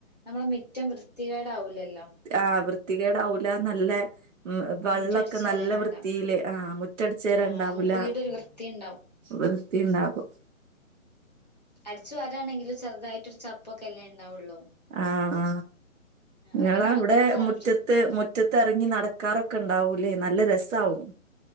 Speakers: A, on the left; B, on the right.
A: നമ്മളെ മിറ്റം വൃത്തികേടാവൂല്ലല്ലോ
B: ആ് വൃത്തികേടാവൂല നല്ല വെള്ളൊക്കെ
A: മിറ്റം അടിച്ചു
B: നല്ല
A: വാരാൻ വേണ്ട
B: വൃത്തിയില് ആ മു റ്റട്ച്ചരാണ്ടാവൂല
A: ആഹ് വീടൊരു വൃത്തിയുണ്ടാവും
B: വൃത്തി ഇണ്ടാവും
A: അടിച്ചു വരാണെങ്കിലും ചെറുതായിട്ടൊരു ചപ്പൊക്കെല്ലേ ഉണ്ടാവുള്ളൂ
B: ആഹ് ആ ഇങ്ങള
A: അങ്ങനെ വെക്കുന്നതാണ്
B: അവിടെ മുറ്റത്ത്
A: വൃത്തി
B: മു മുറ്റത്തറങ്ങി നടക്കാറൊക്കെ ഉണ്ടാവൂല്ലേ നല്ല രസാവും